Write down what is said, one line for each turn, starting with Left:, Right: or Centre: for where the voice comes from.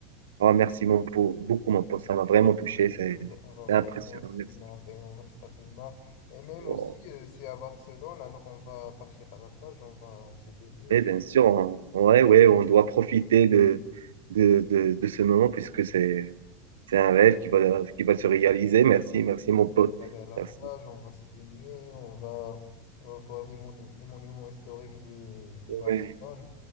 Right: Oh, merci, mon po- beaucoup, mon pote. Ça m'a vraiment touché. C'est
Left: On va, on va vraiment
Right: c'est impressionnant.
Left: se
Right: Merci.
Left: marrer, on va se taper une marre. Et même aussi,
Right: Oh,
Left: euh, c'est à Barcelone, alors on va partir à la plage, on va se baigner,
Right: Et
Left: je
Right: bien sûr, on, ouais, ouais, on doit profiter de, de, de, de ce moment puisque c'est c'est un rêve qui va, qui va se réaliser. Merci, merci,
Left: pense.
Right: mon pote.
Left: on va aller à la
Right: Merci.
Left: plage, on va se baigner, on va, on va voir les, monu- les monuments historiques de, de
Right: Ouais.
Left: Barcelone.